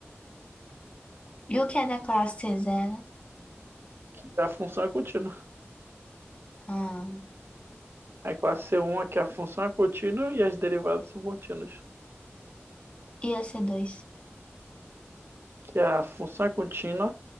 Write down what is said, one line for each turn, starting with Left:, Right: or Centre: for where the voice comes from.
Left: E o que é da classe c zero
Right: que a função é contínua.
Left: Ah,
Right: É A classe C1 é que a função é contínua e as derivadas são contínuas.
Left: ia ser dois
Right: Que a função é contínua,